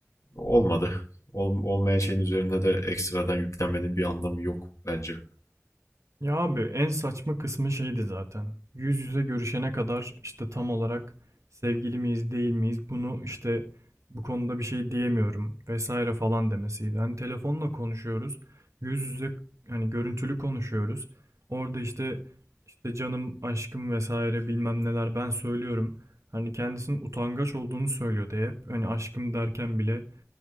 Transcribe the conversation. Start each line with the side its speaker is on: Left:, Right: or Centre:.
Left: olmadı. Ol- olmayan şeyin üzerine de ekstradan yüklenmenin bir anlamı yok bence.
Right: Ya abi en saçma kısmı şeydi zaten. Yüz yüze görüşene kadar işte tam olarak sevgili miyiz değil miyiz bunu işte bu konuda bir şey diyemiyorum vesaire falan demesiydi. Hani telefonla konuşuyoruz. Yüz yüze hani görüntülü konuşuyoruz. Orada işte işte canım, aşkım vesaire bilmem neler ben söylüyorum. Hani kendisinin utangaç olduğunu söylüyordu hep. Hani aşkım derken bile